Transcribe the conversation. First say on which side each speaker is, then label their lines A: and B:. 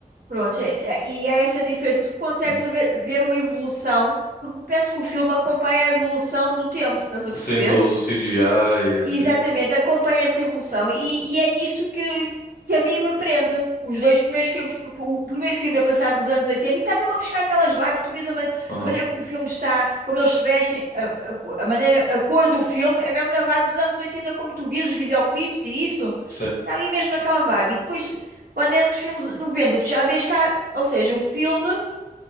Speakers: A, on the right; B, on the left.
A: Pronto, é- é- e há essa diferença. Tu consegues
B: Hum.
A: haver- ver, uma evolução, porque eu penso que o filme acompanha a evolução do tempo, estás a perceber?
B: Sim, do, do CGI e assim.
A: Exatamente, acompanha essa evolução e, e é nisso que, que a mim me prende. Os dois primeiros filmes, porque o primeiro filme é passado nos anos 80 e está mesmo a buscar aquelas vibes. Tu vês a, ma-
B: Aham,
A: a maneira como o filme está, como eles se vestem, a, a- a maneira, a cor do filme é mesmo na vibe dos anos 80, como tu vês os videoclipes e isso.
B: Sim,
A: Está ali mesmo naquela vibe. E depois, quando é nos filmes 90, tu já vês cá, ou seja, o filme